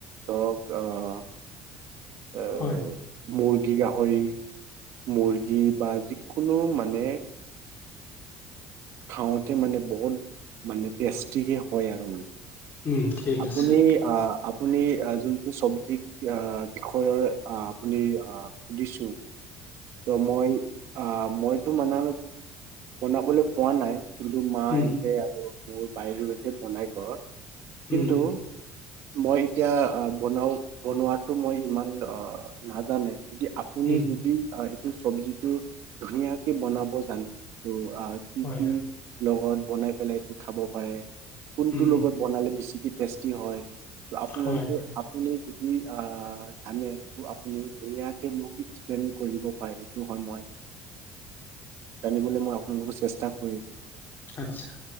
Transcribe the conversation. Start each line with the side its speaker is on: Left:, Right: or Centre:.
Right: ধৰক অ' এহ
Left: হয়
Right: মুৰ্গী, গাহৰি মুৰ্গী বা যিকোনো মানে খাওঁতে মানে বহুত মানে টেষ্টিকে হয় আৰু মানে।
Left: উম ঠিক
Right: আপুনি
Left: আছে
Right: অ', আপুনি যোনটো চব্জিক বিষয়ৰ আপুনি অ', সুধিছো ত' মই আহ মইতো মানে বনাবলৈ কোৱা নাই কিন্তু মা
Left: উম
Right: এনেতে আৰু মোৰ বাইদউ এতে বনাই ঘৰত। কিন্তু
Left: উম
Right: মই এতিয়া বনাওঁ বনোৱাাতো মই ইমান অ', নাজানে। যদি আপুনি
Left: উম
Right: যদি এইটো চব্জিটো ধুনীয়াকে বনাব জানে ত' অ', কি
Left: হয়
Right: কি লগত বনাই পেলাই এইটো খাব পাৰে? কোনটো
Left: উম
Right: লগত বনালে বেছিকে টেষ্টি হয় আপোনালোকে
Left: হয়
Right: আপুনি অ', জানে তনি দুুনিয় কে মোক এক্সপ্লেইন কৰিব পাৰি সেইটো হয় মই জানিব মই অ' ৰু চেষ্টা কৰি
Left: আছা